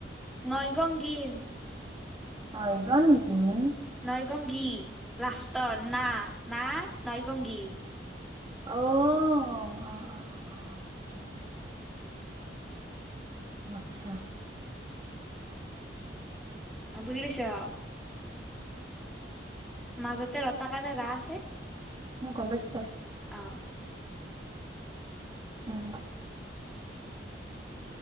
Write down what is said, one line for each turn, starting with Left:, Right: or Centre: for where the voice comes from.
Centre: নইগঙ্গী
Right: নয়গংগিন
Centre: নইগঙ্গী লাষ্ট ত না নইগঙ্গী
Right: অও অ অ অ অ আচ্ছা
Centre: অ বুজি পাইছঁ
Right: উম
Centre: মাজতে ৰতাকাৰে ৰা আছে।
Right: অ গম পাইছোঁ দে।
Centre: অ।
Right: উম,